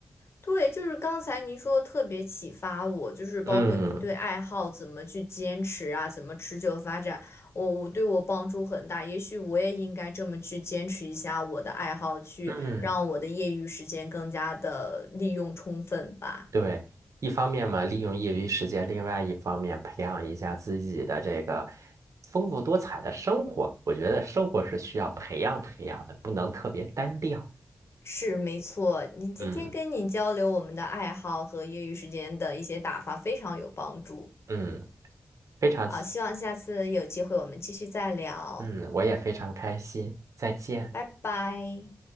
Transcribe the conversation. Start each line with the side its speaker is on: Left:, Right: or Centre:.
Left: 对，就是刚才您说的特别启发我，就是包括您对爱好怎么去坚持啊，
Right: 嗯
Left: 怎么持久发展，我我对我帮助很大。也许我也应该这么去坚持一下我的爱好，去让我的业余时间更加的利用充分吧。
Right: 嗯，对，一方面嘛，利用业余时间，另外一方面培养一下自己的这个丰富多彩的生活。我觉得生活是需要培养培养的，不能特别单调。
Left: 是没错，你今天跟你交流我们的爱好和业余时间的一些打发非常有帮助
Right: 嗯嗯，非常。
Left: 啊，希望下次有机会我们继续再聊，
Right: 嗯，我也非常开心，再见。
Left: 拜拜。